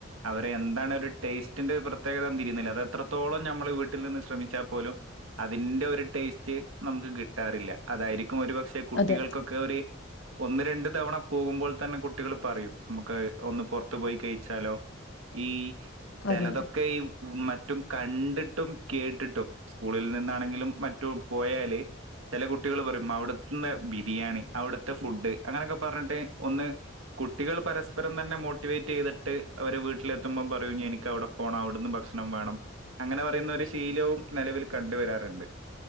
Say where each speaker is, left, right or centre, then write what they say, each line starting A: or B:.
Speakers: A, on the right; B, on the left.
A: അവരെ എന്താണ് ഒരു ടേസ്റ്റിന്റെ പ്രത്യേകത തിരീന്നില്ല അതത്രത്തോളം നമ്മള് വീട്ടിൽ നിന്ന് ശ്രമിച്ചാ പോലും അതിന്റെ ഒരു ടേസ്റ്റ് നമുക്ക് കിട്ടാറില്ല അതായിരിക്കും ഒരു പക്ഷെ കുട്ടികൾക്കൊക്കെ
B: അതെ
A: ഒരു ഒന്ന് രണ്ട് തവണ പോകുമ്പോൾ തന്നെ കുട്ടികൾ പറയും നമുക്ക് ഒന്ന് പോറത്ത് പോയി കഴിച്ചാലോ ഈ ചെലതൊക്കെയ്
B: അതെ അതെ അതെ
A: മറ്റും കണ്ടിട്ടും കേട്ടിട്ടും സ്കൂളിൽ നിന്നാണെങ്കിലും മറ്റു പോയാല് ചില കുട്ടികൾ പറയും ഉമ്മ അവിടുന്നെ ബിരിയാണി അവിടുത്തെ ഫുഡ് അങ്ങനെക്കെ പറഞ്ട്ട് ഒന്ന് കുട്ടികൾ പരസ്പരം തന്നെ മോട്ടിവേറ്റ് ചെയ്തിട്ട് അവര് വീട്ടിലെത്തുമ്പം പറയും എനിക്കവിടെ പോണം അവിടുന്ന് ഭക്ഷണം വേണം അങ്ങനെ പറയുന്ന ഒരു ശീലവും നെലവില് കണ്ട് വരാറ്ണ്ട്